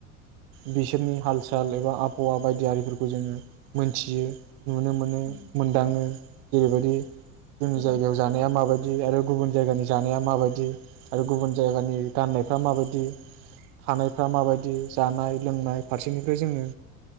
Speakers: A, on the right; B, on the left.
A: बिसोरनि हाल साल एबा आबहावा बायदि आरिफोरखौ जोङो मोनथियो नुनो मोनो
B: उम
A: मोनदाङो जेरैबायदि जोंनि
B: गोबां
A: जायगायाव
B: सोलों
A: जानाया माबायदि आरो गुबुन जायगानि जानाया माबायदि आरो गुबुन जायगानि गाननायफ्रा माबायदि थानायफोर फ्रा माबायदि जानाय लोंनाय फारसेनिफ्राय जोङो